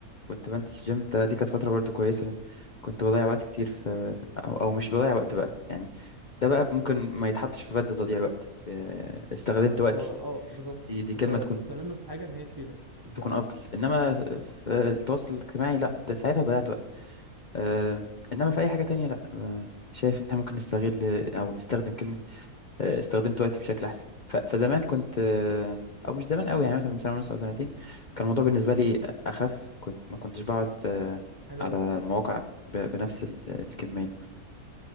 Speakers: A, on the left (about 50°); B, on the right (about 20°).
A: كنت بنزل الجيم ده دي كانت فتره برضو كويسه لان كنت بضيع وقت كتير في او, أو مش بضيع وقت بقى يعني ده بقى ممكن ما يتحطش في بند تضييع الوقت آه، استخدمت وقتي
B: هو اه بالظبط
A: دي دي
B: انت
A: كلمه تكون
B: بتستغله في حاجه ان هي تفيدك قدام
A: تكون افضل انما في التواصل الاجتماعي لا ده ساعتها ضيعت وقت آه، انما في اي حاجه تانية لا آه، شايف ان احنا ممكن نستغل او نستخدم كلمه آه، استخدمت وقتي بشكل احسن ف- فزمان كنت آه، او مش زمان قوي يعني مثلا من سنه ونص او سنتين كان الموضوع بالنسبه لي اخف كنت ما كنتش بقعد آه،
B: حلو
A: على
B: قوي
A: المواقع ب- بنفس ال- الكميه